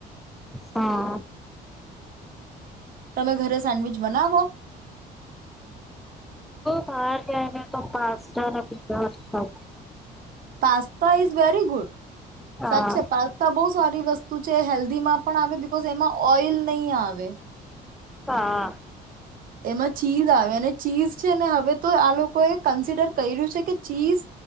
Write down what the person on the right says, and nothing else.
તમે ઘરે સેન્ડવીચ બનાવો?
Pasta is very good.
સાચે છેે પસ્તા બો સારી વસ્તુ છે હેલ્ધી માં પણ આવે બિકઝ એમાં ઓઈલ નઈ આવે.
એમાં ચીઝ આવે ને ચીઝ છે ને હવે તો આ લોકોએ કન્સિડર કર્યું છે કે ચીઝ